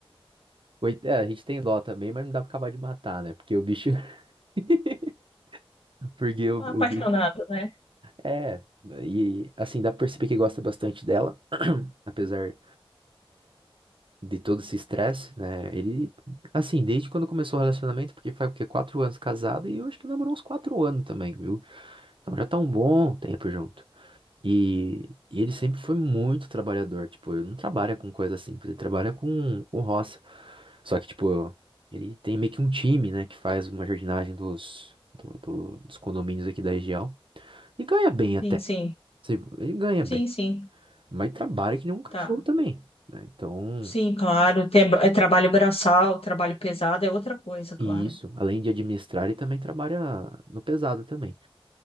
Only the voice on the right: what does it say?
Oi, é, a gente tem dó também, mas não dá pra acabar de matar, né? Porque o bicho. <laughs> Porque o,
o
bicho.
É, e assim, dá pra perceber que gosta bastante dela, apesar de todo esse estresse, né? Ele, assim, desde quando começou o relacionamento, porque faz o quê? Quatro anos casado e eu acho que namorou uns quatro anos também, viu? Então já tá um bom tempo junto. E, e ele sempre foi muito trabalhador, tipo, ele não trabalha com coisa simples, ele trabalha com, com roça. Só que, tipo, ele tem meio que um time, né, que faz uma jardinagem dos, do- do- dos condomínios aqui da região. E ganha bem até.
Assim, Ele ganha
bem,
mas trabalha que nem um cachorro
também, né? Então,
e isso, além de administrar, ele também trabalha no pesado também.